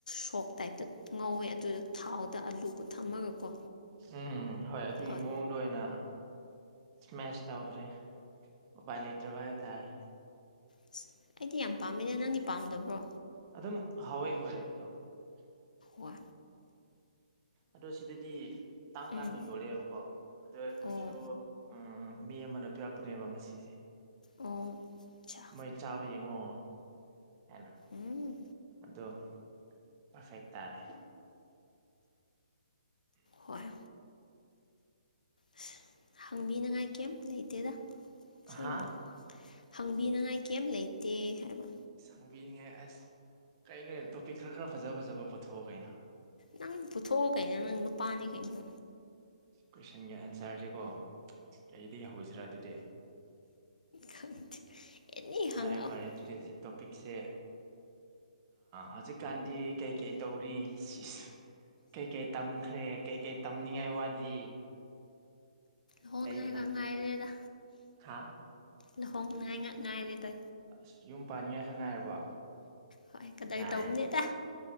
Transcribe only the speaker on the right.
ꯎꯝ ꯍꯣꯏ ꯑꯗꯨꯒꯤ
ꯃꯑꯣꯡꯗꯣ ꯑꯣꯏꯅ ꯏꯁꯃꯦꯁ ꯇꯧꯈ꯭ꯔꯦ ꯎꯄꯥꯥꯏ ꯂꯩꯇ꯭ꯔꯕ ꯍꯥꯏꯇꯥꯔꯦ
ꯑꯗꯨꯝ ꯍꯥꯎꯋꯦ ꯍꯥꯎꯋꯦ ꯑꯗꯨꯗꯣ
ꯑꯗꯣ ꯁꯤꯗꯗꯤ ꯇꯥꯡ ꯇꯥꯡꯅ
ꯌꯣꯜꯜꯂꯦꯕꯀꯣ ꯑꯗꯣ ꯑꯩꯈꯣꯏꯁꯨ
ꯑꯝ ꯃꯤ ꯑꯃꯅ ꯄꯤꯔꯛꯄꯅꯦꯕ ꯉꯁꯤꯁꯦ
ꯃꯣꯏ ꯆꯥꯕ ꯌꯦꯡꯉꯣ ꯍꯥꯏꯅ
ꯑꯗꯣ ꯄꯔꯐꯦꯛ ꯇꯥꯔꯦ
ꯍꯥ
ꯍꯪꯕꯤꯅꯤꯡꯉꯥꯏ ꯑꯁ ꯀꯩꯅꯣꯍꯦ ꯇꯣꯄꯤꯛ ꯈꯔ ꯈꯔ ꯐꯖ ꯐꯖꯕ ꯄꯨꯊꯣꯛꯑꯣ ꯀꯩꯅꯣ
ꯀꯣꯏꯁꯟꯒꯤ ꯑꯟꯁꯔꯁꯦ ꯀꯣ ꯀꯔꯤꯗꯒꯤ ꯍꯧꯁꯤꯔꯥ ꯑꯗꯨꯗꯤ
ꯐꯔꯦ ꯐꯔꯦ ꯇꯨꯗꯦꯁꯦ ꯇꯣꯄꯤꯛꯁꯦ ꯍꯧꯖꯤꯛ ꯀꯥꯟꯗꯤ ꯀꯩꯀꯩ ꯇꯧꯔꯤ ꯏꯁ ꯀꯩꯀꯩ ꯇꯝꯈ꯭ꯔꯦ ꯀꯩꯀꯩ ꯅꯤꯡꯉꯥꯏ ꯋꯥꯠꯂꯤ
ꯂꯩꯗꯅ
ꯍꯥ
ꯑꯁ ꯌꯨꯝ ꯄꯥꯟꯅꯤꯡꯉꯥꯏ ꯈꯛ ꯉꯥꯏꯔꯕꯣ
ꯌꯥꯏ
ꯌꯥꯏ